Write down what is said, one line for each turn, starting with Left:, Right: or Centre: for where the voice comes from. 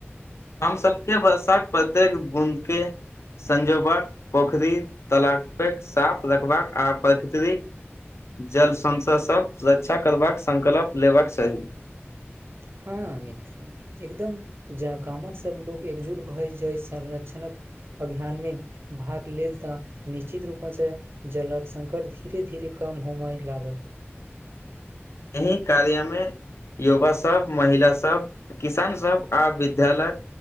Left: हम सबके वर्षाक प्रत्येक बूंद के संजोबक पोखरी तलाकके साफ रखबाक आ प्रकृतिरि जल संशय सब रक्षा करबाक संकल्प लेबाक चाही।
Right: हाँ मित्र। एकदम जहा गामक सब लोक एकजुट भैइ जाइ संरक्षणक अभियानमे भाग लेल तऽ निश्चित रूपासे जलक संकट धीरे धीरे कम होमाय लागत।
Left: एहि कार्यामे युवा सब, महिला सब, किसान सब, आ विद्यालय